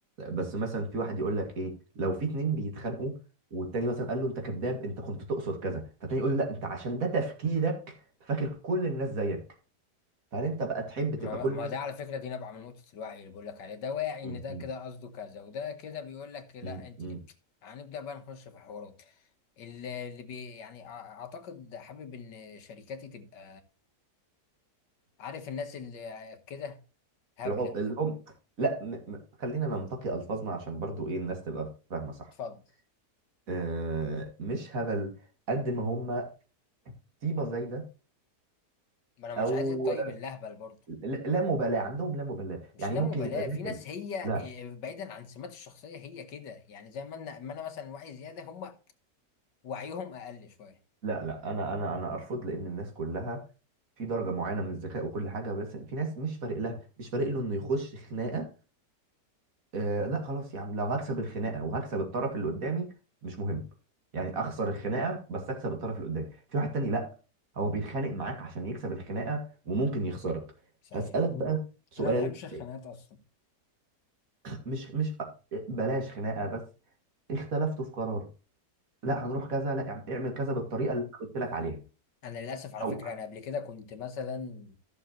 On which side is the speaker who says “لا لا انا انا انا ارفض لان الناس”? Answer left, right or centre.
Right